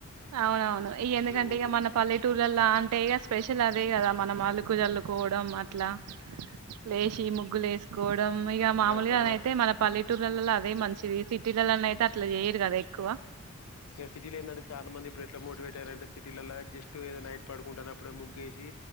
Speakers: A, on the right; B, on the left.
A: అవునవును ఇ ఎందుకంటే
B: ముగ్గులు
A: ఇ మన పల్లెటూర్లలా అంటే ఇక స్పెషల్ అదే కదా మనం అలుకు జల్లుకోవడం అట్లా లేషి ముగ్గులు వేసుకో ఇక మామూలుగా
B: గరక
A: అయితే మన పల్లె టూర్లల అదే మంచిది సిటీలలో అయితే అట్లా చేయరు కదా ఎక్కువ
B: ఇగ సిటీలో ఏంటంటే చాలా మంది ఇప్పుడు ఎట్లా మోటివేట్ అయ్యారంటే సిటీలలో జస్ట్ ఏదో నైట్ పడుకుంటున్నప్పుడే ముగేసి